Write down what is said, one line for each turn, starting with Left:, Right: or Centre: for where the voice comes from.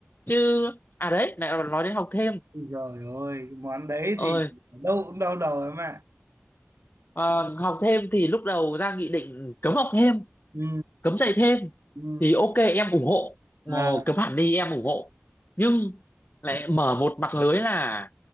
Left: chứ à đấy lại nói đến học thêm
Right: Ui giời ơi, cái món đấy
Left: ơi
Right: thì ở đâu cũng đau đầu em ạ.
Left: ờ, học thêm thì lúc đầu ra nghị định cấm học thêm
Right: Ừ,
Left: cấm dạy thêm
Right: ừ,
Left: thì ok em ủng hộ Ờ,
Right: à,
Left: cấm hẳn đi em ủng hộ nhưng lại mở một mặt lưới là